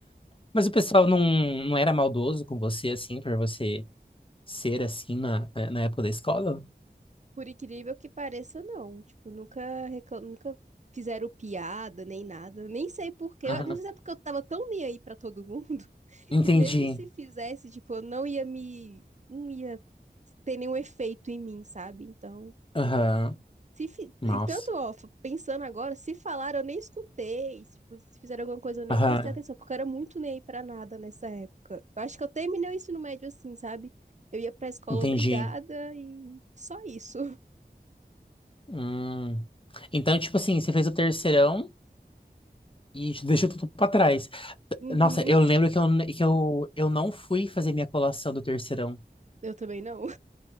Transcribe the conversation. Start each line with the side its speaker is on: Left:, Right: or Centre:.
Left: Mas o pessoal não, não era maldoso com você, assim, por você ser assim na, na época da escola?
Right: Por incrível que pareça, não. Tipo, nunca reclam... nunca fizeram piada nem nada. Nem sei por quê.
Left: Aham.
Right: Eu não sei se é porque eu tava tão nem aí pra todo mundo <laughs>
Left: Entendi.
Right: que mesmo se fizesse, tipo, eu não ia me. Não ia ter nenhum efeito em mim, sabe? Então.
Left: Aham.
Right: Se fi...
Left: Nossa.
Right: e Tanto, ó, f- pensando agora, se falaram, eu nem escutei. Tipo, se fizeram alguma coisa, eu nem
Left: Aham.
Right: prestei atenção, porque eu era muito nem aí pra nada nessa época. Eu acho que eu terminei o ensino médio assim, sabe? Eu ia pra escola
Left: Entendi.
Right: obrigada e só isso. <laughs>
Left: Hum. Então, tipo assim, você fez o terceirão e deixou tudo pra trás.
Right: Uhum.
Left: Nossa, eu lembro que eu, que eu, eu não fui fazer minha colação do terceirão.
Right: Eu também não.